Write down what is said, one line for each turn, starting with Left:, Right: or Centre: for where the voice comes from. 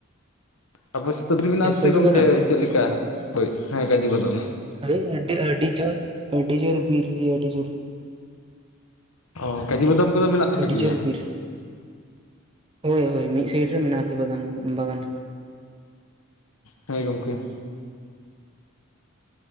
Left: ᱟᱯᱤ ᱥᱮ ᱢᱮᱱᱟᱜᱼᱟ,
Right: ᱪᱮᱫ ᱠᱟᱹᱡᱩ
Left: ᱥᱮ ᱜᱚᱝᱠᱮ
Right: ᱵᱟᱫᱟᱢ
Left: ᱪᱮᱫ ᱞᱮᱠᱟ ᱦᱳᱭ ᱦᱮᱸ ᱠᱟᱡᱩ ᱵᱟᱫᱟᱢ
Right: ᱦᱟᱭ ᱟᱹᱰᱤ ᱟᱹᱰᱤ ᱡᱳᱨ ᱟᱹᱰᱤ ᱡᱳᱨ ᱵᱤᱨ ᱭᱟᱞᱤ ᱡᱳᱨ
Left: ᱚ ᱠᱟᱡᱩ ᱵᱟᱫᱟᱢ ᱠᱚᱫᱚ ᱢᱮᱱᱟᱜ ᱛᱟᱯᱮ
Right: ᱟᱹᱰᱤ
Left: ᱜᱮᱭᱟ?
Right: ᱡᱳᱨ ᱵᱤᱨ ᱦᱳᱭ ᱦᱳᱭ ᱢᱤᱫ ᱥᱟᱭᱤᱴ ᱨᱮ ᱢᱮᱱᱟᱜᱼᱟ, ᱟᱨᱠᱤ ᱵᱟᱜᱟᱱ ᱵᱟᱜᱟᱱ
Left: ᱦᱳᱭ ᱜᱚᱢᱠᱮ